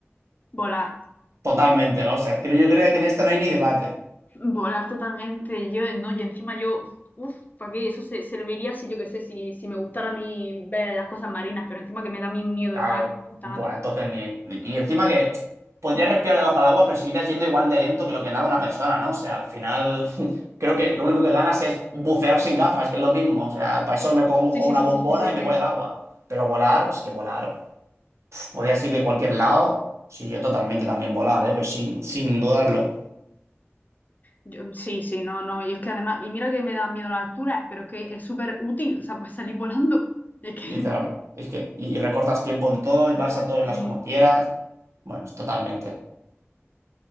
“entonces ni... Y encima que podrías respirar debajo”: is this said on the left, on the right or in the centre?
Right